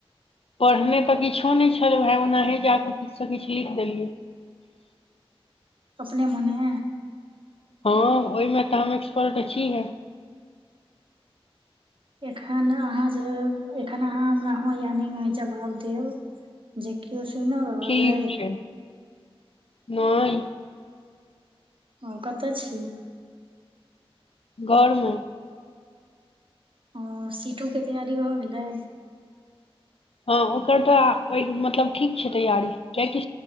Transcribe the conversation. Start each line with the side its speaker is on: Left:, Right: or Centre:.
Left: पढ़ने तऽ किछो नहि छलोऊ हें ओनाहे जा के किछु से किछु लिख देलियै
Right: अपने मोने
Left: हँ ओहिमे तऽ हम एक्सपर्ट छीहे
Right: एखन अहाँ जे एखन अहाँ हमरा हँ या नै में जवाब देब जे केओ सुनो रहल
Left: ठीक
Right: अइ
Left: छै नहि
Right: हँ कतऽ छी
Left: घरमे
Right: हँ सीटो क तैयारी भऽ गेलै
Left: हँ ओकर तऽ ओहि मतलब ठीक छै तैयारी कियकि